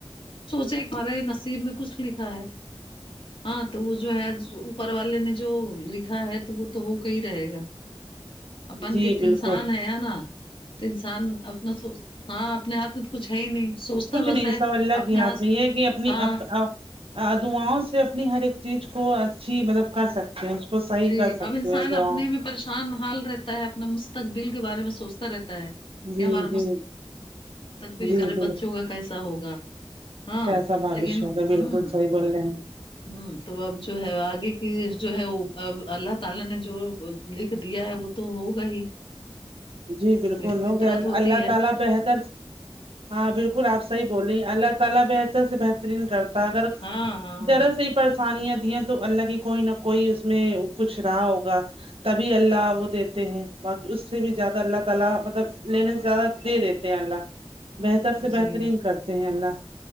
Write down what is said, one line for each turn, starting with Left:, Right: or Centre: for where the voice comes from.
Left: سوچے کرے نصیب میں کچھ لکھا ہے ہاں تو وہ جو ہےجو اوپر والے نے جو لکھا ہے تو وہ تو ہو کر ہی رہے گا اپن
Right: جی
Left: ک
Right: بالکل
Left: انسان ہے یا نا تو انسان اپنا سوچ ہاں اپنے ہاتھ تو کچھ ہے ہی نہیں سوچتا
Right: کچھ نہیں
Left: بس ہے
Right: سب اللہ
Left: اپنا
Right: کے ہی ہاتھ میں یہ ہے کہ اپنی
Left: ہاں
Right: اپ اپ دعاؤں سے اپنی ہر ایک چیز کو اچھی مطلب کر سکتے اس کو صحیح
Left: جی
Right: کر سکتے
Left: اب انسان
Right: ہیں
Left: اپنے
Right: دعاوں
Left: میں پریشان حال رہتا ہے اپنا مستقبل کے بارے میں سوچتا رہتا ہے
Right: جی
Left: کہ ہمارا م
Right: جی
Left: مستقبیل
Right: جی
Left: کرے
Right: بالکل
Left: بچوں کا کیسا ہوگا ہاں
Right: کیسا بھوشیہ
Left: لیکن ہوں
Right: ہوگا بالکل صحیح بول رہے ہیں
Left: ہ تو اب جو ہے آگے کی جو ہے وہ اب اللہ تعالی نے جو لکھ دیا ہے وہ تو ہوگا ہی
Right: جی بالکل
Left: لیکن
Right: ہو
Left: فطرت
Right: گیا ال
Left: ہوتی
Right: اللہ
Left: ہے
Right: تعالی بہتر ہاں بالکل آپ صحیح بولی ہے اللہ تعالی بہتر سے بہترین کرتا ہے اگر
Left: ہوں ہوں
Right: طرح سے ہی پریشانیاں دی تو اللہ کی کوئی نہ کوئی اس میں کچھ رہا ہوگا تبھی اللہ وہ دیتے ہیں باقی اس سے بھی زیادہ اللہ تعالی مطلب لینے سے زیادہ دے دیتے ہیں اللہ بہتر سے
Left: جی
Right: بہترین کر ہیں اللہ